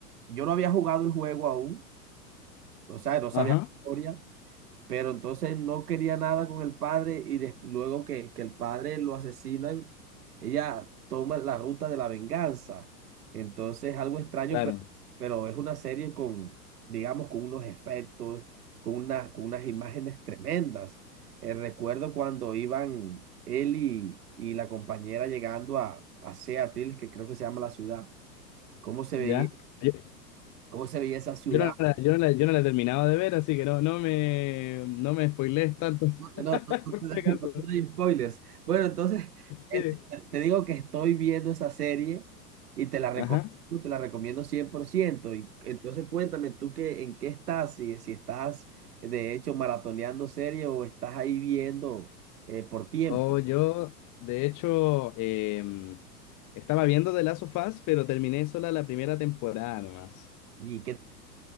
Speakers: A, on the right; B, on the left.
A: yo no había jugado el juego aún, o sea, no sabía
B: Ajá,
A: la historia pero entonces no quería nada con el padre y des- luego que, que el padre lo asesinan, ella toma la ruta de la venganza. Entonces, algo extraño,
B: claro.
A: pero, pero es una serie con, digamos, con unos efectos, con, una, con unas imágenes tremendas. Eh, recuerdo cuando iban él y, y la compañera llegando a, a Seattle, que creo que se llama la ciudad, cómo se
B: Ya.
A: veía,
B: Yo,
A: cómo se veía esa ciudad.
B: yo no la, yo no la- yo no la he terminado de ver, así que no, no me, no me spoilees tanto, <laughs>
A: No, no, no, no
B: por si acaso.
A: te no te doy spoilers. Bueno, entonces eh,
B: Sí.
A: te, te digo que estoy viendo esa serie y te la recomiendo,
B: Ajá.
A: te la recomiendo cien por ciento Y entonces cuéntame tú qué, en qué estás, si, si estás de hecho maratoneando serie o estás ahí viendo eh, por tiempo.
B: O yo, de hecho, em, estaba viendo The Last of Us, pero terminé sola la primera temporada nomás.
A: Y que